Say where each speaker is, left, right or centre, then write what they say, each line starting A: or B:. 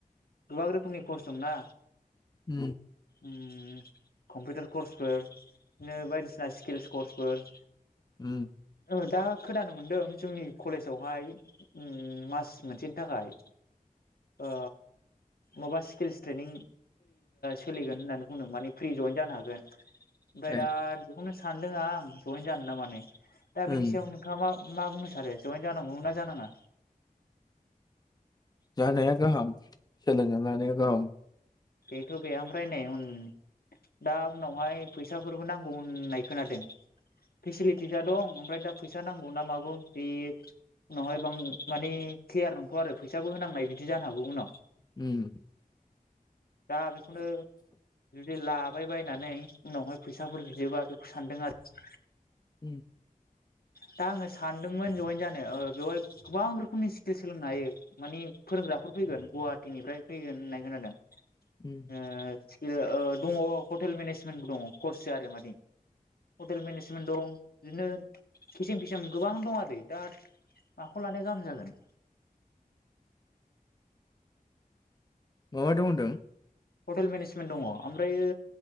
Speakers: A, on the left (about 85°); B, on the left (about 25°).
A: गोबां रोखोमनि खर्स दंना।
B: उम
A: उम कम्पिउटार कर्सफोर बिदिनो बायदिसिना स्किलस कर्सफोर
B: उम
A: ओ दा खोनानो मोनदों जोंनि कलेजावहाय उम मास मोनसेनि थाखाय ओ माबा स्किल्स ट्रेनिं सोलिगोन होननानै बुंदों माने फ्रि जयेन जानो हागोन। ओमफ्राय
B: ए
A: दा बेखौनो सानदों आं जयेन जानो ना मानो। दा बेनि
B: उम
A: सायाव नोंथाङा मा मा बुंनो सानो जयेन जानांगौमोन ना जानाङा?
B: जानाया गाहाम सोलोंना लानाया गाहाम।
A: बेथ बे ओमफ्राय नै उम दा उनावहाय फैसाफोरबो नांगौ होननाय खोनादों फेसिलिटिसा दं ओमफ्राय दा फैसा नांगौ ना मागौ बे उनावहाय बां माने क्लियार नंथया आरो फैसाबो होनांनाय बिदि जानो हागौ उनाव।
B: उम
A: दा बेखौनो जुदि ला बाय बायनानै उनावहाय फैसाफोर बियोबा बेखौ सानदों आरो।
B: उम
A: दा आङो सानदोंमोन जइेन जानो। बेवहाय गोबां रोखोमनि स्किल सोलोंनो हायो माने फोरोंग्राफोर फैगोन गुवाहाटिनिफ्राय फैगोन होननाय खोनादों।
B: उम
A: ओ स्किल दङ हटेल मेनेजमेन्टबो दङ कर्स आरो माने हटेल मेनेजमेन्ट दं बिदिनो। किसेम फिसाम गोबां दं आरो दा माखौ लानाया गाहाम जागोन।
B: मा मा दं होनदों?
A: हटेल मेनेजमेन्ट दङ ओमफ्रायो